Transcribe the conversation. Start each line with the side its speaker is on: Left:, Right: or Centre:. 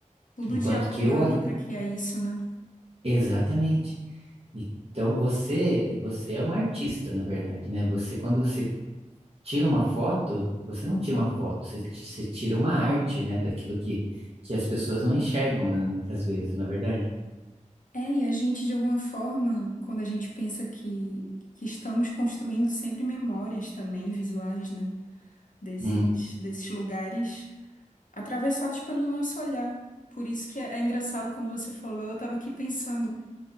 Left: Tudo
Right: Enquanto
Left: dialogando
Right: que eu olho.
Left: para criar isso, né?
Right: Exatamente. Então você, você é um artista, na verdade, né? Você, quando você tira uma foto, você não tira uma foto, você, ti- você tira uma arte, né? Daquilo que, que as pessoas não enxergam, né? Muitas vezes, na verdade.
Left: É, e a gente, de alguma forma, quando a gente pensa que, que estamos construindo sempre memórias também visuais, né? Desses,
Right: Hum,
Left: desses lugares, atravessados pelo nosso olhar. Por isso que é, é engraçado quando você falou, eu estava aqui pensando